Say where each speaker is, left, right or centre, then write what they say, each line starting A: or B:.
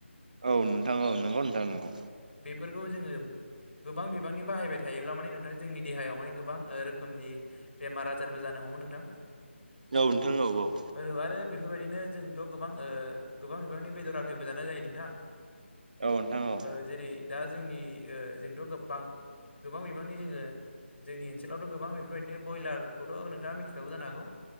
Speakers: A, on the right (about 40°); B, on the left (about 60°).
A: औव नोंथां औव नंगौ नोंथां नोंगौ।
B: बेफोरखौ जोङो गोबां बिबांनि बाहायबाय थायोब्ला माने नोंथां जोंनि देहायाव हाय गोबां ओ रोखोमनि बेमार आजारबो जानो हमोमोन नों
A: औव नोंथां औव औव
B: औ आरो बेफोरबायदिनो जोंथ' गोबां ओ गोबां बिबांनि बेदर आखायबो जानाय जायो नोंथां।
A: औ नोंथां औ
B: ओ जेरै दा जोंनि ओ जोंथ' गोबां गोबां बिबांनि जोङो जोंनि ओनसोलावथ' गोबां बेफोरबायदिनो बयलारखौथ' नोंथाङा मिथि खाबाय जानो हागौ।